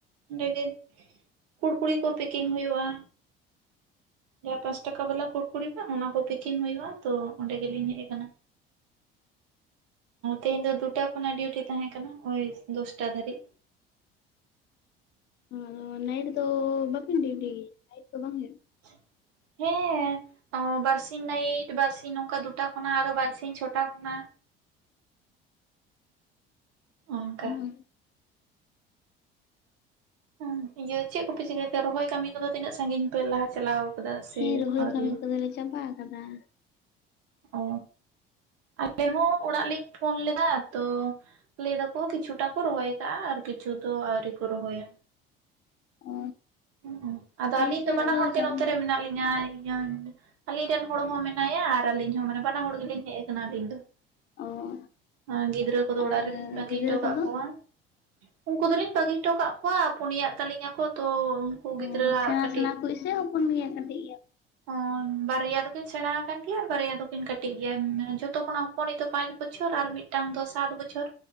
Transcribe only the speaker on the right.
ᱚᱸᱰᱮ ᱜᱮ ᱠᱩᱲᱠᱩᱲᱤ ᱠᱚ ᱯᱮᱠᱤᱝ ᱦᱩᱭᱩᱜ-ᱟ᱾ ᱡᱟᱦᱟᱸ ᱯᱟᱸᱪ ᱴᱟᱠᱟ ᱵᱟᱞᱟ ᱠᱩᱲᱠᱲᱤ ᱵᱟᱝ ᱚᱱᱟ ᱠᱚ ᱯᱮᱠᱤᱝ ᱦᱩᱭᱩᱜ-ᱟ ᱛᱚ ᱚᱸᱰᱮ ᱜᱮᱞᱤᱧ ᱦᱮᱡ ᱟᱠᱟᱱᱟ᱾ ᱛᱮᱦᱮᱧ ᱫᱚ ᱫᱩᱴᱟ ᱠᱷᱚᱱᱟᱜ ᱰᱤᱭᱩᱴᱤ ᱛᱟᱦᱮᱸ ᱠᱟᱱᱟ ᱳᱭ ᱫᱚᱥᱴᱟ ᱫᱷᱟᱹᱨᱤᱡ᱾
<unintelligible> ᱦᱮᱸ ᱵᱟᱨᱥᱤᱧ ᱱᱟᱭᱤᱴ ᱵᱟᱨᱥᱤᱧ ᱱᱚᱝᱠᱟ ᱫᱩᱴᱟ ᱠᱷᱚᱱᱟᱜ ᱟᱨᱚ ᱵᱟᱨᱥᱤᱧ ᱪᱷᱚᱴᱟ ᱠᱷᱚᱱᱟᱜ ᱾ ᱚᱱᱠᱟ
ᱦᱮᱸ ᱤᱭᱟᱹ ᱪᱮᱫ ᱠᱚᱯᱮ ᱪᱤᱠᱟᱹᱭᱛᱮ ᱨᱚᱦᱚᱭ ᱠᱟᱹᱢᱤ ᱠᱚᱫᱚ ᱛᱤᱱᱟᱹᱜ ᱥᱟᱹᱜᱤᱧ ᱯᱮ ᱞᱟᱦᱟ ᱪᱟᱞᱟᱣ ᱠᱟᱫᱟ ᱥᱮ
ᱟᱹᱣᱨᱤᱭᱟ
ᱚ ᱟᱞᱮ ᱦᱚᱸ ᱚᱲᱟᱜ ᱞᱤᱧ ᱯᱷᱳᱱ ᱞᱮᱫᱟ ᱛᱚ ᱞᱟᱹᱭ ᱫᱟᱠᱚ ᱠᱤᱪᱷᱩᱴᱟ ᱠᱚ ᱨᱚᱦᱚᱭ ᱠᱟᱜ-ᱟ ᱟᱨ ᱠᱤᱪᱷᱩ ᱫᱚ ᱟᱣᱨᱤ ᱠᱚ ᱨᱚᱦᱚᱭᱟ᱾
ᱦᱩᱸ, ᱟᱫᱚ
ᱟᱹᱞᱤᱧ
ᱫᱚ ᱵᱟᱱᱟ
ᱦᱚᱲ ᱜᱮ
ᱱᱚᱛᱮ ᱨᱮ ᱢᱮᱱᱟᱜ ᱞᱤᱧᱟ ᱾ ᱟᱹᱞᱤᱧ ᱨᱮᱱ ᱦᱚᱲ ᱦᱚᱸ ᱢᱮᱱᱟᱭᱟ ᱟᱨ ᱟᱹᱞᱤᱧ ᱦᱚᱸ ᱢᱟᱱᱮ ᱵᱟᱱᱟ ᱦᱚᱲ ᱜᱮ ᱞᱤᱧ ᱦᱮᱡ ᱟᱠᱟᱱᱟ ᱟᱹᱞᱤᱧ ᱫᱚ
᱾ ᱟᱨ ᱜᱤᱫᱽᱨᱟᱹ ᱠᱚᱫᱚ
ᱚᱲᱟᱜ ᱨᱮ ᱞᱤᱧ ᱵᱟᱹᱜᱤ
ᱦᱚᱴᱚ ᱠᱟᱜ
ᱠᱚᱣᱟ ᱾ ᱩᱱᱠᱩ ᱫᱚᱞᱤᱧ ᱵᱟᱹᱜᱤ ᱦᱚᱴᱚ ᱠᱟᱜ ᱠᱚᱣᱟ ᱯᱩᱱᱟᱜ ᱛᱟᱹᱞᱤᱧ ᱟᱠᱚ ᱛᱚ ᱩᱱᱠᱩ
ᱜᱤᱫᱽᱨᱟᱹᱣᱟᱜ
ᱠᱟᱹᱴᱤᱡ
<unintelligible> ᱵᱟᱨᱭᱟ ᱫᱚᱠᱤᱱ ᱥᱮᱬᱟ ᱟᱠᱟᱱ ᱜᱮᱭᱟ ᱟᱨ ᱵᱟᱨᱭᱟ ᱫᱚᱠᱤᱱ ᱠᱟᱹᱴᱤᱡ ᱜᱮᱭᱟ ᱡᱷᱚᱛᱚ ᱠᱷᱚᱱᱟᱜ ᱦᱚᱯᱚᱱᱤᱡ ᱫᱚ ᱯᱟᱸᱪ ᱵᱚᱪᱷᱚᱨ ᱟᱨ ᱢᱤᱫ ᱢᱤᱫᱴᱟᱝ ᱫᱚ ᱥᱟᱛ ᱵᱚᱪᱷᱚᱨ